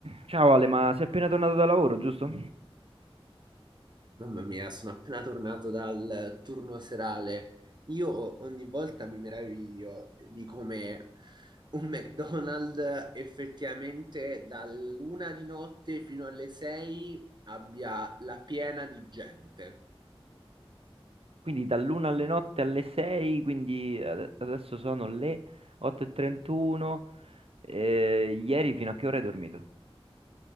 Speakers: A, on the right; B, on the right.
A: Ciao Ale, ma sei appena tornato da lavoro, giusto?
B: Mamma mia, sono appena tornato dal turno serale. Io ogni volta mi meraviglio di come un McDonald's effettivamente dall'una di notte fino alle sei abbia la piena di gente.
A: Quindi dall'una alle notte alle 6, quindi ade- adesso sono le 8.31. eh, ieri fino a che ora hai dormito?